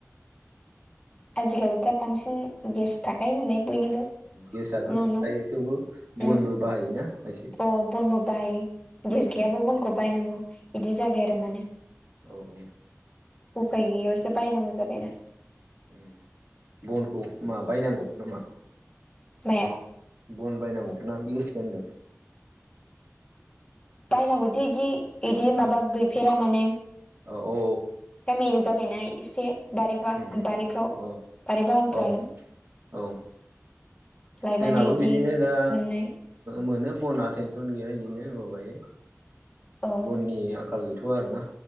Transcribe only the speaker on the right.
गेसाथ'
थायो
थेवबो बनबो
बाहायोना खायसे
उम
औ औ
ओम बनखौ मा बायनांगौ नामा।
बन बायनांगौ ना बे गेसखौ होनदों
औ
औ औ
उम उम
उम अ
औ औ
जोंनाबो
बिदिनो दा
मोनो बना टेनसन गैया बिदिनो माबायो।
बननि आंखाल गैथ'आ आरोना